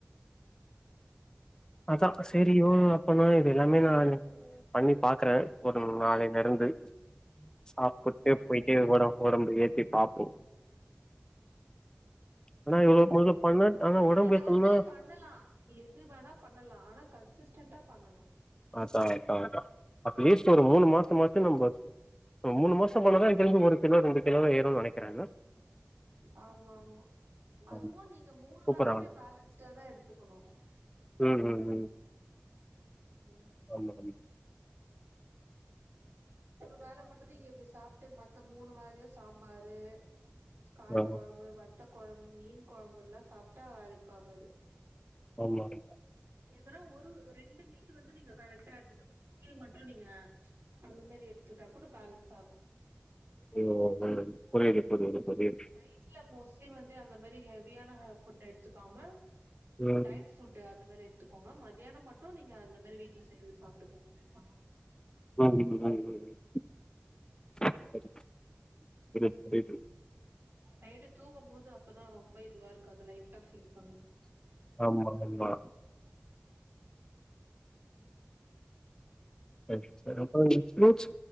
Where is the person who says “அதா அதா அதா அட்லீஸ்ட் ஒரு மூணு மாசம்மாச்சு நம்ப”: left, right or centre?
Left